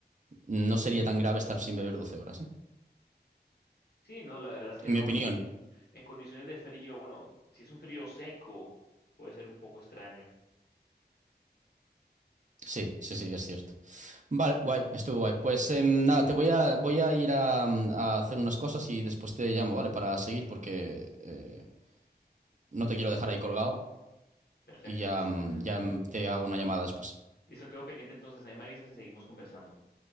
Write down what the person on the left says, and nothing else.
Sí, no, la verdad es que
no,
y eh, en condiciones de frío, bueno, si es un frío seco, puede ser un poco extraño.
Perfecto,
listo.
Listo, quedo pendiente entonces, ahí me avisas y seguimos conversando.